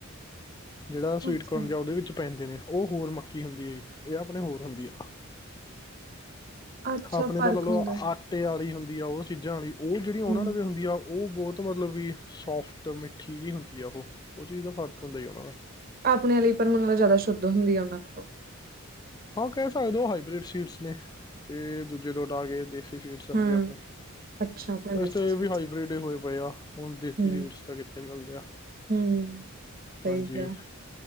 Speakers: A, on the right; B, on the left.
A: <inaudible>
B: ਜੇੜਾ ਸਵੀਟਕਰਨ
A: ਅੱਛਾ
B: ਜਾਂ ਓਦੇ ਵਿੱਚ ਪੈਂਦੇ ਨੇ ਓ ਹੋਰ ਮੱਕੀ ਹੁੰਦੀ ਐ ਜੀ ਏ ਆਪਣੇ ਹੋਰ ਹੁੰਦੀ ਆ।
A: ਅੱਛਾ
B: ਆਪਣੇ
A: ਫ਼ਰਕ
B: ਤਾਂ ਲਾ ਲਓ
A: ਹੁੰਦਾ
B: ਆਟੇ ਆਲੀ ਹੁੰਦੀ ਆ ਓ ਚੀਜ਼ਾਂ ਆਲੀ ਓ ਜੇੜੀ
A: ਹੂੰ
B: ਓਨਾਂ ਲਵੇ ਹੁੰਦੀ ਆ ਓ ਬੋਤ ਮਤਲਬ ਵੀ ਸੋਫਟ ਮਿੱਠੀ ਜੀ ਹੁੰਦੀ ਆ ਓਹ ਓ ਚੀਜ਼ ਦਾ ਫ਼ਰਕ ਹੁੰਦਾ ਓਨਾਂ ਦਾ
A: ਆਪਣੇ ਲਈ ਪਰ ਮੈਨੂੰ ਲਗਦਾ ਜ਼ਿਆਦਾ ਸ਼ੁੱਧ ਹੁੰਦੀ ਆ ਓਨਾਂ ਤੋਂ
B: ਹਾਂ ਕਿ ਸਕਦੇ ਹੋ ਹਾਈਬ੍ਰਿਡ ਸੀਡਸ ਨੇ ਤੇ ਦੂਜੇ ਲੋਟ ਆ ਗਏ ਦੇ
A: ਹੂੰ
B: ਆਪਣੇ
A: ਅੱਛਾ ਆਪਣੇ
B: ਵੈਸੇ
A: ਦੇਸੀ
B: ਤਾਂ ਏ
A: ਸਵੀਟਸ
B: ਵੀ ਹਾਈਬ੍ਰਿਡ ਹੀ ਹੋਏ ਪਏ ਆ ਹੁਣ ਦੇਸੀ
A: ਹੂੰ
B: ਸੀਡਸ ਤਾਂ ਕਿੱਥੇ ਮਿਲਦੇ ਆ
A: ਹੂੰ ਸਈ
B: ਹਾਂਜੀ
A: ਕਿਆ